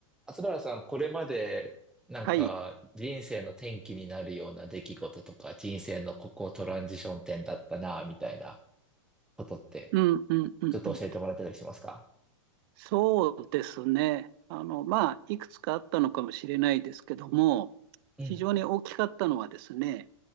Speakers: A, in the centre; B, on the right.
A: 松原さん、これまで、なんか、
B: はい。
A: 人生の転機になるような出来事とか、人生のここトランジション点だったな、みたいなことって、
B: うんうんうんうん。
A: ちょっと教えてもらってたりしますか
B: そうですね。あの、まあ、いくつかあったのかもしれないですけども、
A: うん。
B: 非常に大きかったのはですね、